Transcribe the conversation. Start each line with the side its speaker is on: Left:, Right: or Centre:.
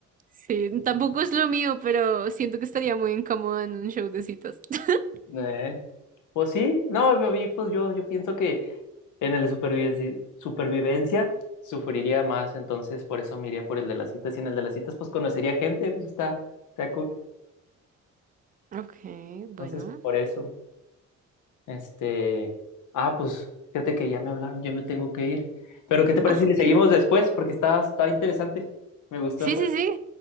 Right: Sí, tampoco es lo mío, pero siento que estaría muy incómoda en un show de citas. <laughs>
Left: Eh, Pues sí, no, a mí, pues yo, yo pienso que en el de supervivencia, supervivencia sufriría más, entonces por eso me iría por el de las citas. Y en el de las citas, pues conocería gente, pues está, está cool.
Right: Ok, bueno.
Left: Entonces, por eso, este. Ah, pues fíjate que ya me hablaron, yo me tengo que ir. Pero, ¿qué te parece
Right: Ah,
Left: si
Right: ok.
Left: le seguimos después? Porque está, está interesante. Me gustó
Right: Sí,
Left: el juego.
Right: sí, sí.